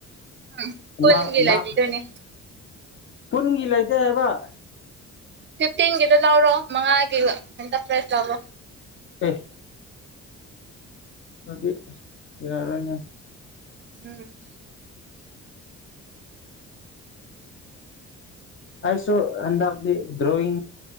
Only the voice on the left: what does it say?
ꯃꯥ
ꯃꯥ ꯀꯨꯟꯒꯤ ꯂꯩꯇꯦ ꯍꯥꯏꯕ
ꯑꯦ ꯑꯗꯨ ꯌꯥꯔꯣꯏ ꯑꯣꯏꯅ <unintelligible>
ꯑꯁꯨ ꯑꯟꯗꯗꯤ ꯗ꯭ꯔꯣꯌꯤ